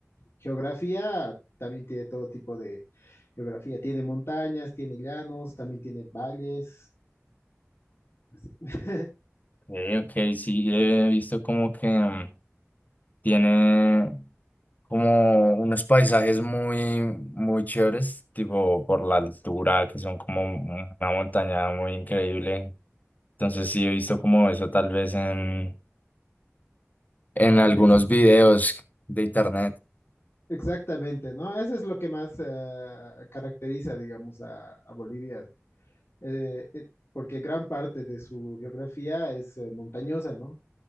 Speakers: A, on the left; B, on the left.
A: Geografía también tiene todo tipo de geografía. Tiene montañas, tiene llanos, también tiene valles. así. <laughs>
B: ok, ok, sí, he visto como que mm, tiene como unos paisajes muy, muy chéveres, tipo por la altura, que son como un- una montaña muy increíble. Entonces sí he visto como eso tal vez en... en algunos
A: Ex-
B: videos de internet.
A: exactamente, ¿no? Eso es lo que más eh, caracteriza, digamos, a, a Bolivia, eh, eh, porque gran parte de su geografía es eh, montañosa, ¿no?